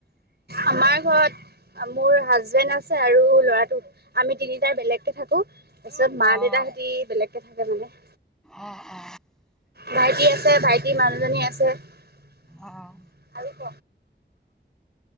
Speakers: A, on the right (about 65°); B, in the centre.
A: আমাৰ ঘৰত মোৰ হাজবেণ্ড আছে আৰু ল'ৰাটো আমি তিনিটাই বেলেগকে থাকো। তাৰপিছত মা-দেউতাহঁতি
B: অ',
A: বেলেগকে থাকে মানে।
B: অ অ।
A: ভাইটি আছে, ভাইটিৰ মানুহজনী আছে আৰু
B: অ',
A: <unintelligible>